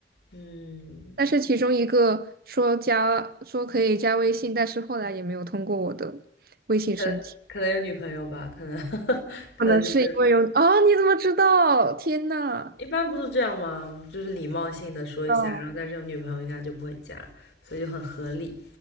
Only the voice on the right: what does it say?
但是其中一个说加说可以加微信，但是后来也没有通过我的微信申请，
可能是因为有啊？你怎么知道？天呐！
知道